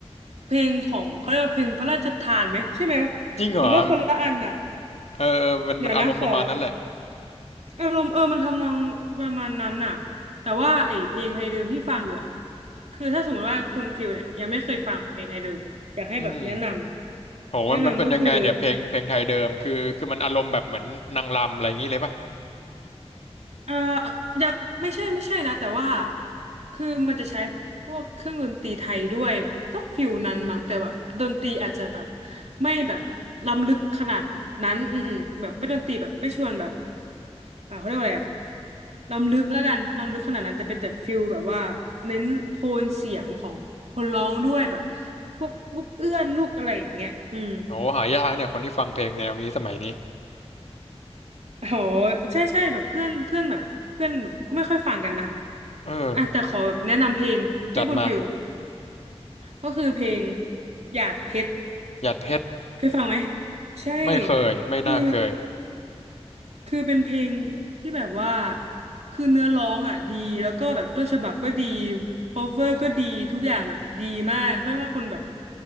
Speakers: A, on the right; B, on the left.
A: เพลงของเขาเรียกว่าเพลงพระราชทานไหมใช่ไหม
B: จริงเหรอ
A: หรือว่าคนละอันอ่ะ
B: เออเออมันมันอารมณ์ประมาณนั้นแหละ
A: เดี๋ยวนะขอ อารมณ์เออมันทำนองประมาณนั้นน่ะแต่ว่าไอ้เพลงไทยเดิมที่ฟังอยู่อะคือถ้าสมมติว่าคุณฟิลเนี่ยยังไม่เคยฟังเพลงไทยเดิมอยากให้แบบแนะน
B: อืม
A: ำแนะนำก็คือ
B: โหมันมันเป็นยังไงเนี่ยเพลงเพลงไทยเดิมคือคือมันอารมณ์แบบเหมือนนางรำอะไรอย่างงี้เลยป่ะ
A: เอ่ออยากไม่ใช่ไม่ใช่นะแต่ว่าคือมันจะใช้พวกเครื่องดนตรีไทยด้วย ก็ฟิลนั้นมั้งแต่แบบดนตรีอาจจะแบบไม่แบบล้ำลึกขนาดนั้นอืมแบบเป็นดนตรีแบบไม่ชวนแบบอ่าเขาเรียกว่าอะไรอะล้ำลึกแล้วกันล้ำลึกขนาดนั้นแต่เป็นแบบฟิลแบบว่าเน้นโทนเสียงของคนร้องด้วยแบบพวกลูกเอื้อนลูกอะไรอย่างเงี้ยอืม
B: โหหายากเนี่ยคนที่ฟังเพลงแนวนี้สมัยนี้
A: โหใช่ใช่แบบเพื่อนเพื่อนแบบเพื่อนแบบก็ไม่ค่อยฟังกันนะ
B: เออ
A: อ่ะแต่ขอแบบแนะนำเพลงให้คุณฟิล
B: จัดมา
A: ก็คือเพลงหยาดเพชร
B: หยาดเพชร
A: เคยฟังไหม ใช่
B: ไม่เคยไม่น่าเคย
A: คือคือเป็นเพลงที่แบบว่าคือเนื้อร้องอ่ะดีแล้วก็แบบต้นฉบับก็ดี cover ก็ดีทุกอย่างแบบดีมากไม่ว่าคุณแบบ